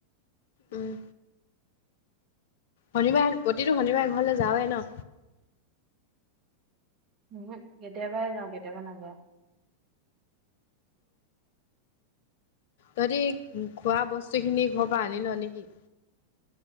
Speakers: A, on the left; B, on the right.
A: উম, শনিবাৰ প্ৰতিটো শনিবাৰ ঘৰলে যাৱৱে ন?
B: উহো, কেতিয়াবা হে যাওঁ কেতিয়াবা নাযাওঁ।
A: তহতি খোৱা বস্তুখিনি ঘৰ পৰা আনিল নেকি?